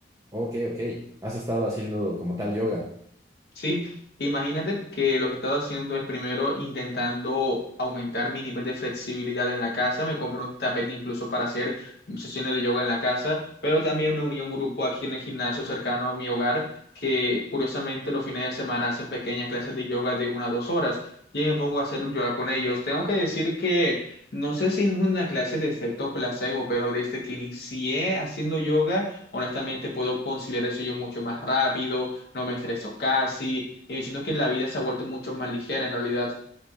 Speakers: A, on the right; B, on the left.
A: Ok, ok. ¿Has estado haciendo como tal yoga?
B: Sí, imagínate que lo que he estado haciendo es primero intentando aumentar mi nivel de flexibilidad en la casa. Me compré un tapete incluso para hacer sesiones de yoga en la casa, pero también me uní a un grupo aquí en el gimnasio cercano a mi hogar que curiosamente los fines de semana hacen pequeñas clases de yoga de una a dos horas y me pongo a hacer yoga con ellos. Tengo que decir que no sé si es una clase de efecto placebo, pero desde que inicié haciendo yoga, honestamente puedo conciliar eso yo mucho más rápido no me estreso casi, y yo siento que la vida se ha vuelto mucho más ligera en realidad.